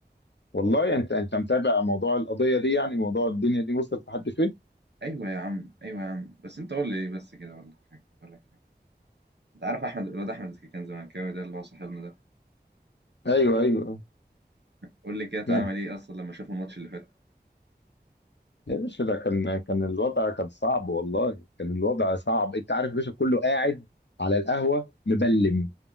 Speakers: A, on the left; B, on the right.
A: والله انت انت متابع موضوع القضيه دي يعني موضوع الدنيا دي وصلت لحد فين؟
B: أيوة يا عم أيوة يا عم بس أنت قول لي إيه بس كده أقول لك حاجة أقول لك حاجة أنت عارف أحمد الواد أحمد اللي كان زملكاوي ده اللي هو صاحبنا ده
A: ايوه ايوه
B: قول لي كده اتعمل
A: آه.
B: إيه أصلا لما شاف الماتش اللي فات
A: يا باشا ده كان كان الوضع كان صعب والله كان الوضع صعب انت عارف يا باشا كله قاعد على القهوه مبلم